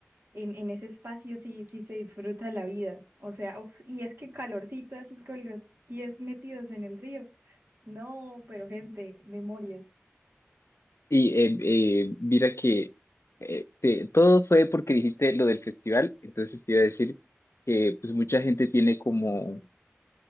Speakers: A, on the right (about 60°); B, on the left (about 75°).
A: en, en ese espacio sí, sí se disfruta la vida. O sea, uf, y es que calorcito así con los pies metidos en el río. No, pero gente, memoria.
B: Y eh, eh, mira que eh, te- todo fue porque dijiste lo del festival, entonces te iba a decir que pues mucha gente tiene como